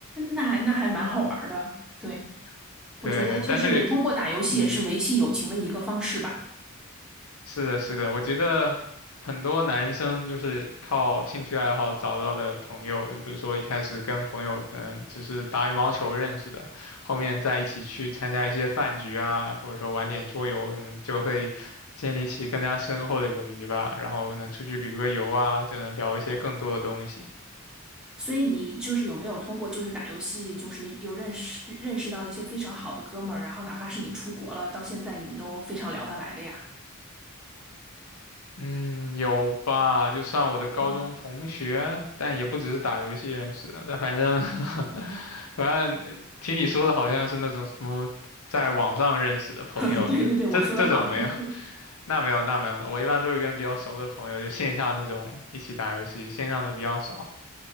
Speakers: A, in the centre; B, on the left.
A: 那还那还蛮好玩儿的，对。
B: <laughs> 对，
A: 我觉得就是通过打游戏也是维系友情的一个方式吧。
B: 但是嗯，是的，是的，我觉得很多男生就是靠兴趣爱好找到了朋友，比如说一开始跟朋友可能只是打羽毛球认识的，后面在一起去参加一些饭局啊，或者说玩点桌游什么，就会建立起更加深厚的友谊吧。然后可能出去旅个游啊，就能聊一些更多的东西。
A: 所以你就是有没有通过就是打游戏，就是有认识认识到一些非常好的哥们儿，然后哪怕是你出国了，到现在你们都非常聊得来的呀。
B: 嗯，有吧，就算我的高中同学，
A: 嗯
B: 但也不只是打游戏认识的。但反正，
A: 嗯，
B: <laughs> 反正听你说的好像是那种什么在网上认识的朋友，
A: <laughs> 对对对，我说的好像更更。
B: 这这这种没有，<laughs> 那没有那没有的。我一般都是跟比较熟的朋友，就线下那种一起打游戏，线上的比较少。